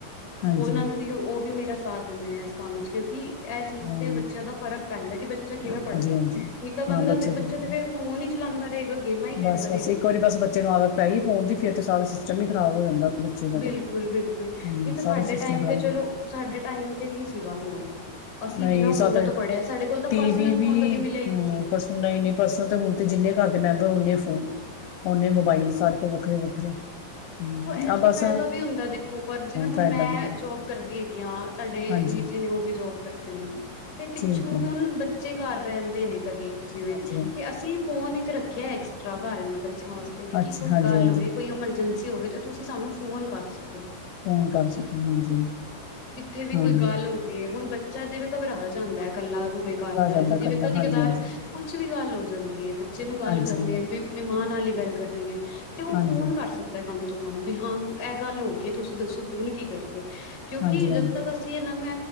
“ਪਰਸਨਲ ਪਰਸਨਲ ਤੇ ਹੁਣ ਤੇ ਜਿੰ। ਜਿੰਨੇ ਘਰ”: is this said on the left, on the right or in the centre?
Left